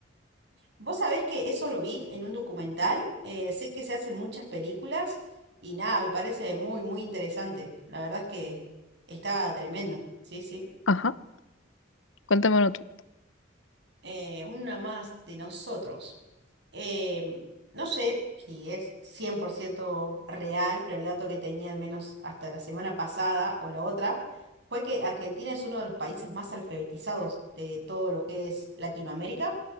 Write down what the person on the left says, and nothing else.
Ajá. Cuéntamelo tú.